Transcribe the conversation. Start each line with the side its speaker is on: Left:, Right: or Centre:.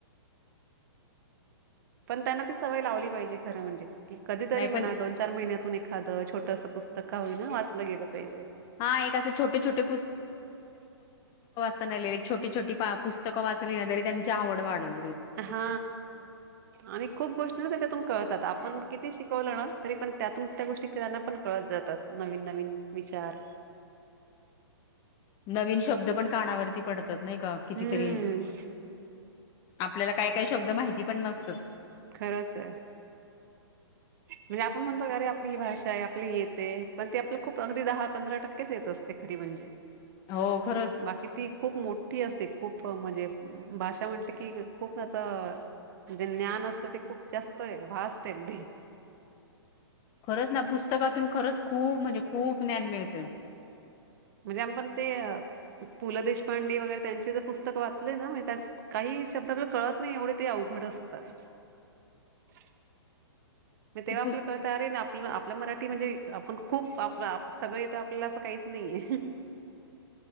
Right: पण त्यांना ती सवय लावली पाहिजे, खरं म्हणजे की कधीतरी
Left: नाही
Right: म्हणा,
Left: पण
Right: दोन चार महिन्यातून एक एखादं छोटस पुस्तकं का होईना? वाचलं गेलं पाहिजे.
Left: हा एक असे छोटे छोटे त्येनाले छोटी छोटी पा पुस्तक वाचली, तरी त्यांची आवड वाढल.
Right: हा आणि खूप गोष्टी ना, त्याच्यातून कळतात. आपण किती शिकवलं ना, तरी पण त्यातून त्या गोष्टी त्यांना पण कळत जातात. नवीन नवीन चार
Left: नवीन शब्द पण कानावरती पडतात नाही का? कितीतरी?
Right: हम्म
Left: आपल्याला काय काय शब्द माहिती पण नसतात.
Right: खरंच हाय. म्हणजे आपण म्हणतो की, अरे आपली ही भाषा आहे, आपली येते पण ती, आपलं खूप अगदी दहा पंधरा टक्केच येत असते खरी म्हणजे.
Left: हो खरंच
Right: बाकी ती खूप मो ठी असते, खूप म्हणजे भाषा म्हटलं की, खूप त्याचं ज्ञान अस ते खूप जास्त आहे, व्हास्ट आहे ते.
Left: खरंच ना, पुस्तकातून खरंच खूप म्हणजे खूप ज्ञान मिळत.
Right: म्हणजे आपण ते पु ल देशपांडे वगैरे त्यांचे जर पुस्तक पुस्तक वाचलेय ना, मी म्हणजे त्यात काही शब्द आपल्याला कळत नाही, एवढे ते अवघड असतात. <inaudible> मग तेव्हा
Left: ती
Right: आपलं
Left: पुस्
Right: कळत, आरे ना आप न आप आपलं मराठी म्हणजे, आपण खूप आप सगळ येथ, आपल्याला असं काहीच नाहीये. <inaudible>